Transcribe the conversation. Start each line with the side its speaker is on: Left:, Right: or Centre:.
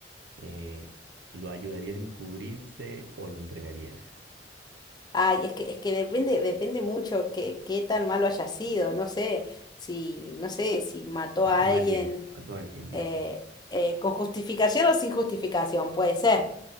Right: eh, ¿lo ayudarías a encubrirse o lo entregarías?
Left: Ay, es que, es que depende, depende mucho que qué tan malo haya sido. No sé si, no sé, si mató
Right: Mató
Left: a alguien
Right: a alguien, mató a alguien, listo.
Left: eh, eh, con justificación o sin justificación, puede ser